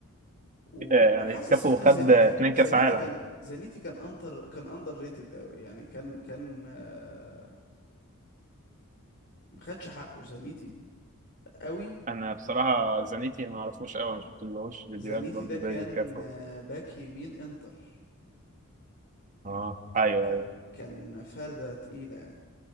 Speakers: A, on the left; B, on the right.
A: وحاسس
B: آه، يعني كافو
A: ان
B: خد
A: زانيتي
B: اتنين
A: زانيتي
B: كاس عالم
A: كان زانيتي كان انتر كان اندر ريتد قوي يعني كان كان آه، ما خدش حقه زانيتي قوي
B: انا بصراحه زانيتي ما اعرفوش قوي ما شفتلهوش فيديوهات
A: زانيتي
B: برضو
A: ده كان
B: زي كافو
A: آه، باك يمين انتر
B: اه ايوه
A: كان
B: ايوه
A: كان فردة تقيلة يعني